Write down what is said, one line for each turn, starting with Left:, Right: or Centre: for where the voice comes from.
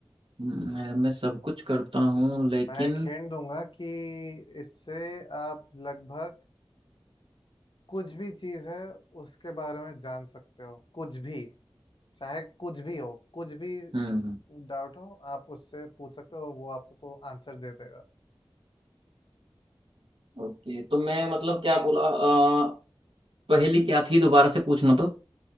Right: मैं, मैं सब कुछ करता हूँ लेकिन
Left: मैं एक hint दूंगा कि इससे आप लगभग कुछ भी चीज़ है उसके बारे में जान सकते हो कुछ भी चाहे कुछ भी हो कुछ भी
Right: हम्म
Left: डाउट हो आप उससे पूछ सकते हो वो आपको को आंसर दे देगा
Right: ओके तो मैं मतलब क्या बोला अ, पहली क्या थी दोबारा से पूछना तो